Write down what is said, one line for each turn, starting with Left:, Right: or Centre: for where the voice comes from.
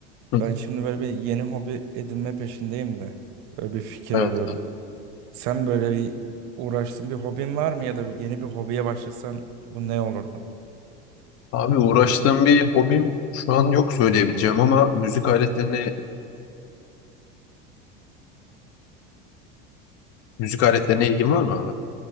Left: Hı,
Right: Ben şimdi böyle bir yeni hobi edinme peşindeyim de. Böyle bir fikir
Left: Evet.
Right: alıyorum. Sen böyle bir uğraştığın bir hobin var mı ya da yeni bir hobiye başlasan bu ne olurdu?
Left: Abi uğraştığım bir hobim şu an yok söyleyebileceğim ama müzik aletlerine müzik aletlerine ilgim var mı abi?